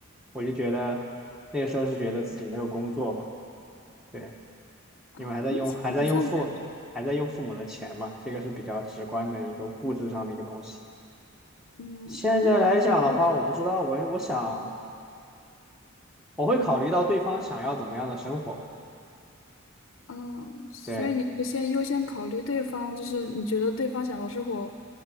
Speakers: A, in the centre; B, on the left.
A: 我就觉得那个时候是觉得自己没有工作嘛，对，
B: 嗯，
A: 因为还在用还在用父还在用父母的钱嘛，
B: 那这个不算感觉。
A: 这个是比较直观的一个物质上的一个东西。
B: 嗯，
A: 现在来讲的话，
B: 那其实
A: 我不知道，我我想我会考虑到对方想要怎么样的生活吧。
B: 嗯哦，所以你会先优先考虑对方，
A: 对，
B: 就是你觉得对方想要生活，